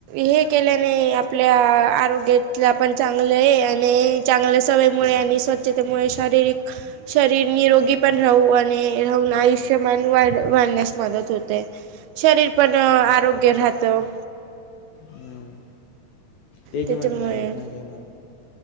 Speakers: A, on the right (about 80°); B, on the left (about 65°).
A: हे केल्याने आपल्या आरोग्यात पण चांगले आणि चांगल्या सवयीमुळे आणि स्वच्छतेमुळे शारीरिक शरीर निरोगी पण राहू आणि राहून आयुष्यमान वाढ वाढण्यास मदत होते शरीर पण आरोग्य राहतं
B: ह् ते
A: त्याच्यामुळे
B: ज म्हण नाही माझ्या पण